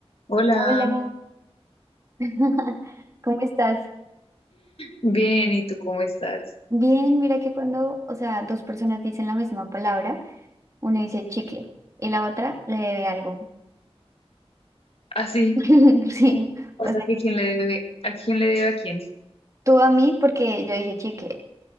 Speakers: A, on the left (about 65°); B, on the right (about 30°).
A: Hola,
B: Hola, <laughs> ¿cómo estás?
A: bien, ¿y tú cómo estás?
B: Bien, mira que cuando, o sea, dos personas dicen la misma palabra, una dice chicle y la otra le debe algo.
A: Ah, sí,
B: <laughs> Sí,
A: o
B: o
A: sea
B: sea,
A: que quién le debe, ¿a quién le debe a quién?
B: tú a mí porque yo dije chicle,